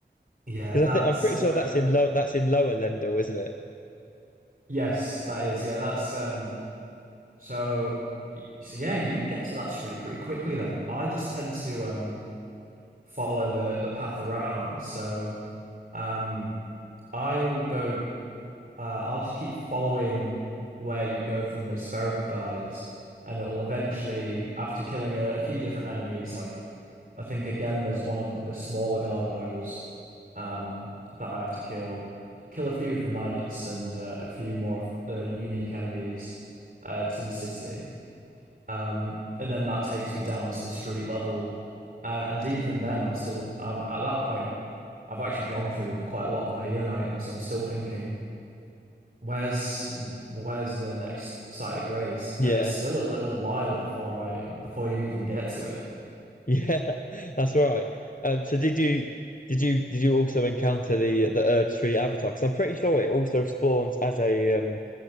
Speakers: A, on the right; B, on the left.
A: Yeah,
B: because
A: that's
B: I think I'm pretty
A: uh
B: sure that's in low that's in Lower Lendil, isn't it?
A: yes, that is. Yeah, that's um So, y- so yeah, you get to that street pretty quickly then. I just tend to um follow the the path around. So, um I'll go uh I'll just keep following where you go from those spherical guys and it'll eventually after killing a, a few different enemies like I think again there's one of the smaller gargoyles um that I have to kill. Kill a few of the knights and uh, a few more of the unique enemies uh, to the city. Um, and then that takes me down to the street level. Uh, and even then, I'm still um, at that point, I've actually gone through quite a lot of my healing items. I'm still thinking, where's where's the next site of grace?
B: Yeah,
A: And it's still a little while before I before you even get to it.
B: yeah, <laughs> that's right. Um, so did you did you did you also encounter the the Erd Tree avatar? Because I'm pretty sure it also spawns as a um,